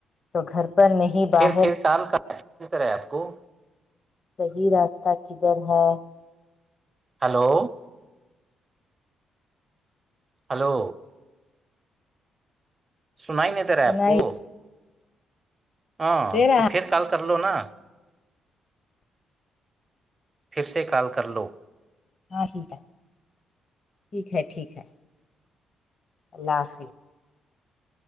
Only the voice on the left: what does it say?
تو گھر پر نہیں باہر
صحیح راستہ کدھر ہے
سنائی
دے رہا
ہاں ٹھیک ہے ٹھیک ہے ٹھیک ہے اللہ حافظ